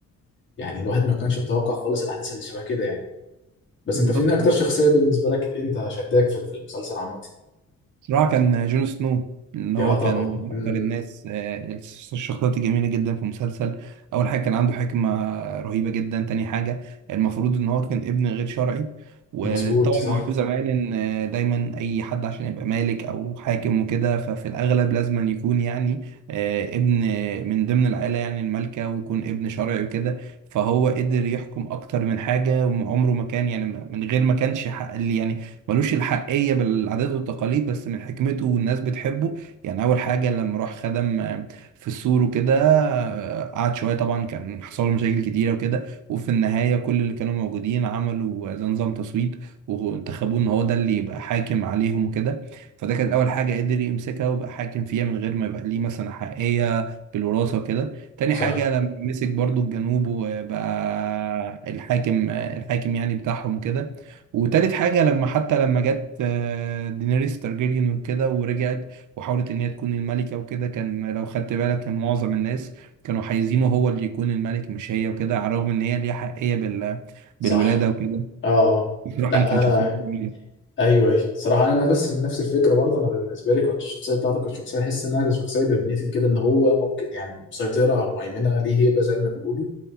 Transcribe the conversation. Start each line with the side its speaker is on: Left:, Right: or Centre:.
Left: يعني الواحد ما كانش متوقع خالص الاحداث اللي شبه كده يعني بس
Right: بالظبط
Left: انت فين اكتر شخصيه بالنسبه لك انت شداك في في المسلسل عامه
Right: بصراحة كان جون سنو إن
Left: يا
Right: هو
Left: طبعا
Right: كان من
Left: مم.
Right: أكتر الناس آه، الشخصيات الجميلة جدا في المسلسل أول حاجة كان عنده حكمة رهيبة جدا تاني حاجة المفروض إن هو كان ابن غير شرعي وطبعا
Left: مظبوط صح
Right: معروف زمان إن آه، دايما أي حد عشان يبقى مالك أو حاكم وكده ففي الأغلب لازم يكون يعني آه، ابن آه، من ضمن العائلة يعني المالكة ويكون ابن شرعي وكده فهو قدر يحكم أكتر من حاجة وعمره ما كان يعني من غير ما كانش حق اللي يعني ملوش الحقية بالعادات والتقاليد بس من حكمته والناس بتحبه يعني أول حاجة لما راح خدم آه، في السور وكده آه، قعد شوية طبعا كان حصل له مشاكل كتيرة وكده وفي النهاية كل اللي كانوا موجودين عملوا زي نظام تصويت وانتخبوه إن هو ده اللي يبقى حاكم عليهم وكده فده كانت أول حاجة قدر يمسكها ويبقى حاكم فيها من غير ما يبقى ليه مثلا حقيقية بالوراثة وكده تاني
Left: صح
Right: حاجة لما مسك برضو الجنوب وبقى الحاكم الحاكم يعني بتاعهم وكده وتالت حاجة لما حتى لما جت آه، دينيريس تارجيريان وكده ورجعت وحاولت إن هي تكون الملكة وكده كان لو خدت بالك كان معظم الناس كانوا عايزينه هو اللي يكون الملك مش هي وكده على الرغم إن هي ليها حقية بال
Left: صح
Right: بالولادة وكده
Left: اه
Right: بصراحة
Left: لا
Right: أنا كان
Left: انا
Right: شخصيته جميلة
Left: ايوه ايوه صراحه انا أنا بس نفس الفكره برضه انا بالنسبه لي كانت الشخصيه بتاعتي كانت شخصيه احس انها شخصيه دومينيتد كده ان هو ممكن يعني مسيطره او مهيمنه ليه هيبه زي ما بيقولوا